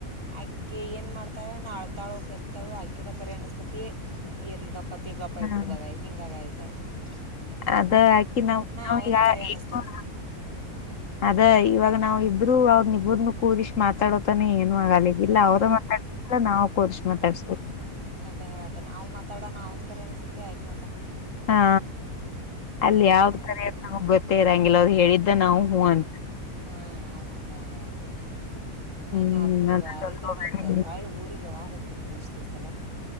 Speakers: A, on the right; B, on the left.
A: ಅಕ್ಕಿ ಏನು ಮಾಡ್ತಾರೆ ನಾಳ್ತಾಳು ಕರಿತಾಳು ಅಕ್ಕಿದ ಕರಿ ಅನ್ನಿಸತೈತಿ ಇರ್ಲ್ಗಪ್ಪ ಪತ್ತತಿ ಗಪ್ಪಾಯ
B: ಹ್ಮ್
A: ಬಿಡದಾಗ ಹಿಂಗ ಆಯ್ತಿ ತ್ತ
B: ಅದ ಹಾಕಿ ನಾವ್ ನಾವ
A: ಅವಂದು ಕರೆ ಅನಿಸ್ತತಿ
B: ಈಗ ಅದ ಇವಾಗ ನಾವವು ಇಬ್ರು ಅವ್ರ ಇಬ್ಬ್ರನ್ನ ಕೂರಿಸ ಮಾತಾಡೋತಾನೆ ಏನು ಆಗಲಿಗಲ್ಲ
A: ಹ್ಮ್
B: ಅವ್ರ ಮಾತಾಡಲ್ಲ ನಾವು ಕೂರ್ಸ್ ಮಾತಾಡ್ಸ್ಬದು
A: ಅದೇ ಹೇಳನಿ ನಾವು ಮಾತಾಣ ನಾ ಅವಂದ ಕರಿ ಅನ್ಸತತಿ ಆಯಕ್ತ್
B: ಹಾ ಅಲ್ಲಿ
A: ಹಂಗಾಗಿ
B: ಯಾವ್ದ್
A: ಆಯ್ತು
B: ಕರ ನಮಗ್ ಗೊತ್ತೇ ಇರಂಗಿಲ್ಲ ಅವ್ರು ಹೇಳಿದ
A: ಹ್ಮ್
B: ನಾವು ಹೂಂಟ
A: ಹಾಂ ಅಹಂಗಾಗತಿ ನಾನ್ನ
B: ಹ್ಮ್
A: ಅ ಒಂದು
B: ಅದ
A: ಅರಿದ್ರೆ
B: ದೊಡ್ಡ
A: ನಂಗ ವಳ ಊರಿಗೆ ಹ <unintelligible> ದೀಸಲ್ಲ